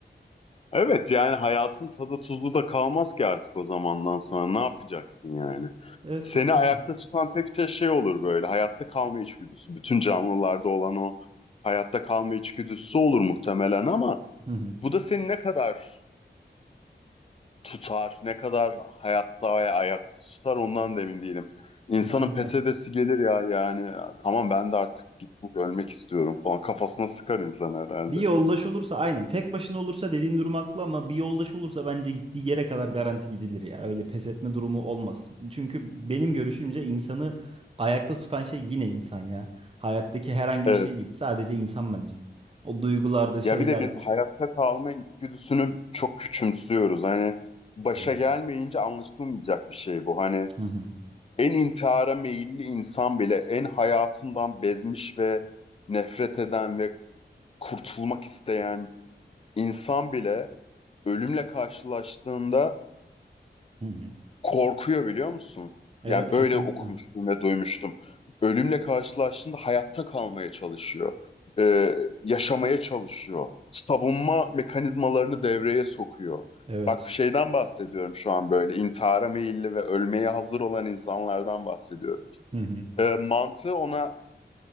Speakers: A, on the left (about 35°); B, on the right (about 30°).
A: Evet yani hayatın tadı tuzlu da kalmaz ki artık o zamandan sonra. Ne yapacaksın yani?
B: Evet
A: Seni
B: kesinlikle.
A: ayakta tutan tek şey şey olur böyle. Hayatta kalma içgüdüsü. Bütün canlılarda olan o hayatta kalma içgüdüsü olur muhtemelen ama
B: Hı hı,
A: bu da seni ne kadar tutar, ne kadar hayatta ve ayakta tutar ondan da emin değilim. İnsanın
B: kesinlikle.
A: pes edesi gelir ya yani tamam ben de artık git bu ölmek istiyorum falan kafasına sıkar insan herhalde.
B: Bir yoldaş olursa aynen. Tek başına olursa dediğin durum haklı ama bir yoldaş olursa bence gittiği yere kadar garanti gidilir ya. Öyle pes etme durumu olmaz. Çünkü benim görüşümce insanı ayakta tutan şey yine insan ya. Hayattaki herhangi
A: Evet.
B: bir şey değil. Sadece insan bence. O duygulardır, şeylerdir.
A: Ya bir de biz hayatta kalma içgüdüsünü çok küçümsüyoruz. Hani başa
B: Evet.
A: gelmeyince anlaşılmayacak bir şey bu. Hani
B: Hı hı.
A: en intihara meyilli insan bile en hayatından bezmiş ve nefret eden ve kurtulmak isteyen insan bile ölümle karşılaştığında
B: Hı hı.
A: korkuyor biliyor musun?
B: Evet
A: Yani böyle
B: kesinlikle.
A: okumuştum ve duymuştum. Ölümle karşılaştığında hayatta kalmaya çalışıyor. Ee, yaşamaya çalışıyor. Savunma mekanizmalarını devreye sokuyor.
B: Evet.
A: Bak bir şeyden bahsediyorum şu an böyle. İntihara meyilli ve ölmeye hazır olan insanlardan bahsediyorum.
B: Hı hı.
A: Ee, mantığı ona